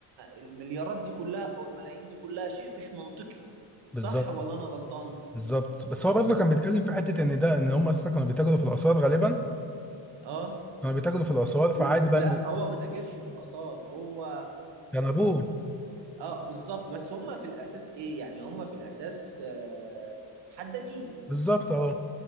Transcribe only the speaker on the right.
المليارات دي كلها او الملايين دي كلها شيء مش منطقي
صح ولا انا غلطان
اه
اه
لا
لا
هو ما تاجرش في الاثار هو
اه بالظبط بس هم في الاساس ايه يعني هم في الاساس آه، حدادين